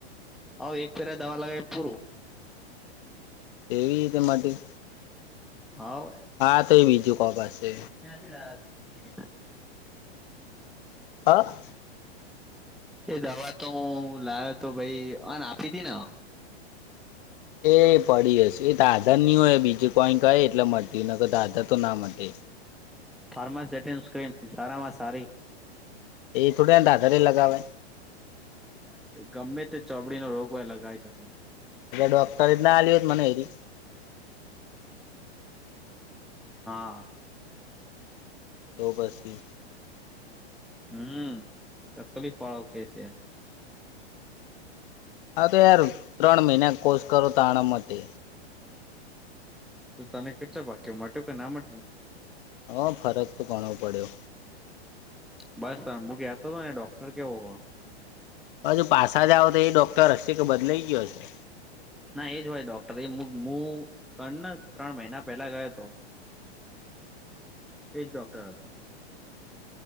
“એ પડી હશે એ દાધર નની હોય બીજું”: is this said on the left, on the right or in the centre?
Left